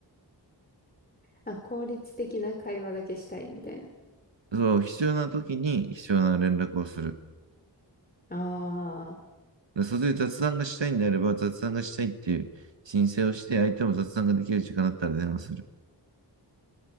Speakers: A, on the left; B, on the right.
A: あ、効率的な会話だけしたいみたいな。
B: う。そう、必要な時に必要な連絡をする。
A: ああ、
B: でそれで雑談がしたいんであれば、雑談がしたいっていう申請をして、相手も雑談ができる時間だったら電話する。